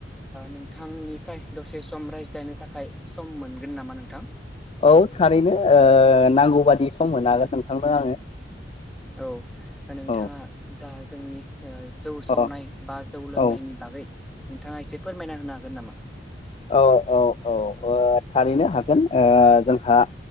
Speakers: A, in the centre; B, on the left.
A: नोंथांनिफ्राय दसे सम रायज्लायनो थाखाय सम मोनगोन नामा नोंथां?
B: औ थारैनो ओ नांगौबादि सम होनोहागोन नोंथांनो आङो।
A: औ नोंथाङा
B: औ
A: जा जोंनि जौ सावनाय
B: अ
A: बा जौ लोंनायनि
B: औ
A: बागै नोंथाङा एसे फोरमायना होनो हागोन नामा?
B: औ औ। औ ओ थारैनो‌‌ हागोन‌ ओ जोंहा